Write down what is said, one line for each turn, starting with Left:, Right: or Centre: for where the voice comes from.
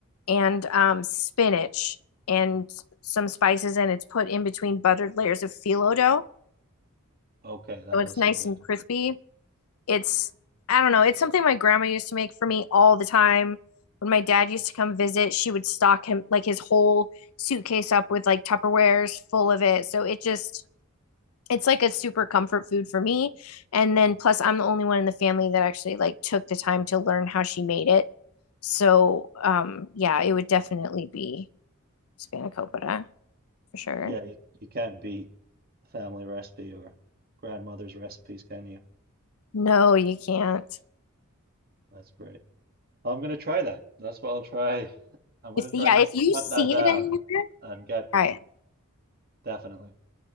Left: and um spinach and some spices and it's put in between buttered layers of phyllo dough.
Right: Okay, that
Left: So
Right: does
Left: it's nice
Right: sound good.
Left: and crispy. It's I don't know, it's something my grandma used to make for me all the time. When my dad used to come visit, she would stock him like his whole suitcase up with like Tupperwares full of it. So it just it's like a super comfort food for me. And then plus I'm the only one in the family that actually like took the time to learn how she made it. So um yeah, it would definitely be spanakopita for sure.
Right: Yeah, you, you can't beat family recipe or grandmother's recipes, can you?
Left: No, you can't.
Right: That's great. Well, I'm gonna try that. That's what I'll try. I'm gonna
Left: If
Right: try
Left: yeah,
Right: and
Left: if you
Right: hunt
Left: see
Right: that down
Left: it anywhere,
Right: and get
Left: try
Right: that,
Left: it.
Right: definitely.